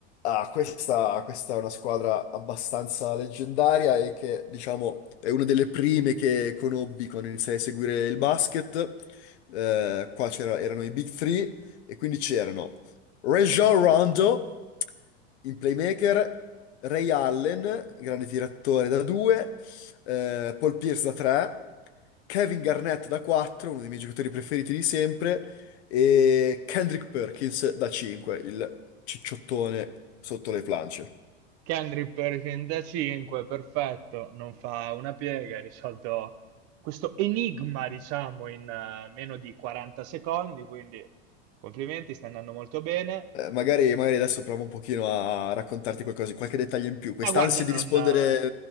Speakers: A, on the left; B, on the right.
A: Ah, questa, questa è una squadra abbastanza leggendaria e che, diciamo, è una delle prime che conobbi quando iniziai a seguire il basket. Eh, qua c'era- erano i Big Three e quindi c'erano Rajon Rondo, in playmaker Ray Allen, grande tiratore da 2, Paul Pierce da 3, Kevin Garnett da 4, uno dei miei giocatori preferiti di sempre, e Kendrick Perkins da 5, il cicciottone sotto le planche.
B: Kendrick per 35, perfetto, non fa una piega, ha risolto questo enigma, diciamo, in eh, meno di 40 secondi, quindi complimenti, sta andando molto bene.
A: Eh, magari, magari adesso provo un pochino a raccontarti qualcosa, qualche dettaglio in più, quest'ansia
B: Ma guarda, non,
A: di rispondere
B: eh,